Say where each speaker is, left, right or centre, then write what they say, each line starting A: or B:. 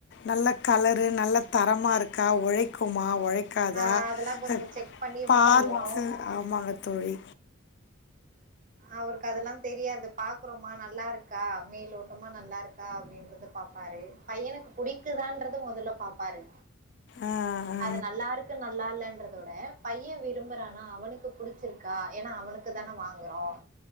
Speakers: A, on the left; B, on the right.
A: நல்ல கலரு நல்ல தரமா இருக்கா ஒழைக்குமா ஒழை க்காதா
B: ஆஹ் அதெல்லாம் கொஞ்சம்
A: அ
B: செக் பண்ணி
A: பாத்து
B: வாங்குவோம்
A: ஆமாங்க தோழி
B: அவுருக்கு அதெல்லாந் தெரியாது பாக்குறோமா நல்லாருக்கா மேலோட்டமா நல்லாருக்கா அப்டின்றத பாப்பாரு பையனுக்கு புடிக்குதான்றது மொதல்ல பாப்பாரு
A: ஆ ஆ
B: அது நல்லா இருக்கு நல்லா இல்லன்ற அதோட பையன் விரும்புறானா அவனுக்கு பிடிச்சிருக்கா எனா அவன் அதுக்கு தானே வாங்குறோம்